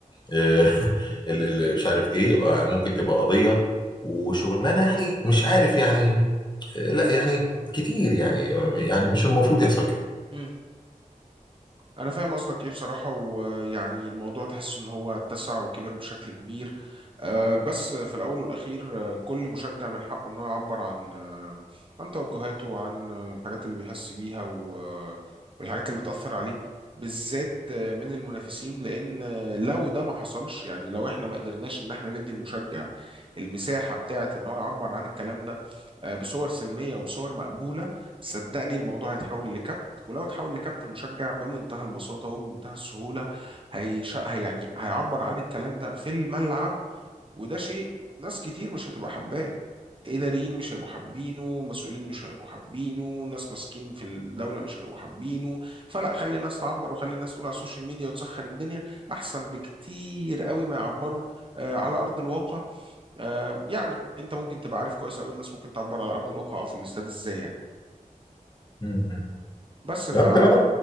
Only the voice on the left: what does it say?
آه، <laughs> ال- ال- مش عارف ايه آه، ممكن تبقى قضيه وشغلانه يعني مش عارف يعني آه، لا يعني كتير يعني يعني مش المفروض يحصل كده
مم.
فانت لا